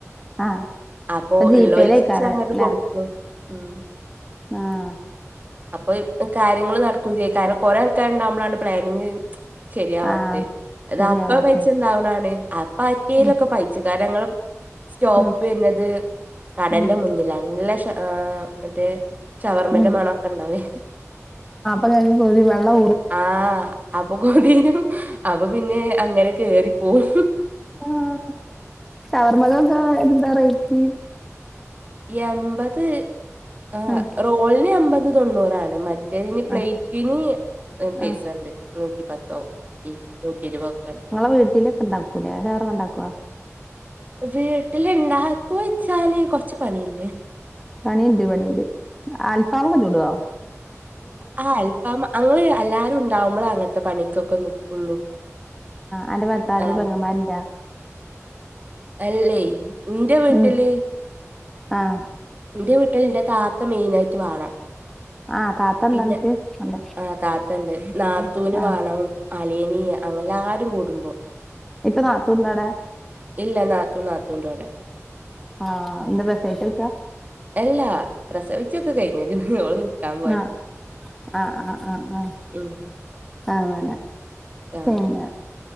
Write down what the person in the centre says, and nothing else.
ആഹ്
ഇപ്പൊ ജീപേയിലേക്കാരം
ല്ലേ
ആഹ്
ആഹ്
ശരിയാവാത്തെ
ഉം
ഉം
ഉം
ഉം
<unintelligible>
ആഹ് ഷവർമ്മയ്ക്കക്കെ എന്താ റെയിറ്റ്?
ഉം
ആഹ്
ആഹ്
നിങ്ങളെ വീട്ടിലക്കെണ്ടാക്കൂല്ലേ ശവർമ്മ ഉണ്ടാക്കുവ
പണിയണ്ട് പണിയണ്ട് ആൽഫാ മൊക്ക ചു ടോ?
അന്റെ ഭർത്താവിന്
പെങ്ങന്മാരുന്റ
ഉം ആഹ്
ആഹ് താത്ത ഇണ്ടാ
അനക്ക് ഉണ്ട്
ആഹ്
ഇപ്പ നാത്തൂണ്ടവിടെയ
ആഹ് എന്ത പ്രസവിചെട്ക്കാ
ആഹ് ആഹ് ആഹ് ആഹ് ആഹ്
അങ്ങനെ
പിന്നെ